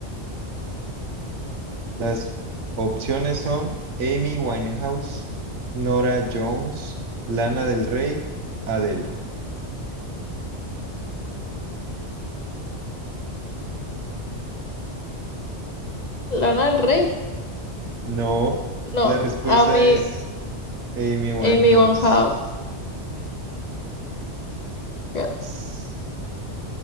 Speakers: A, on the right; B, on the left.
A: Las opciones son Amy Winehouse, Nora Jones, Lana del Rey, Adele.
B: Lana del Rey.
A: No,
B: No,
A: la respuesta
B: Amy,
A: es Amy Winehouse.
B: Amy Winehouse. Casi.
A: Ss,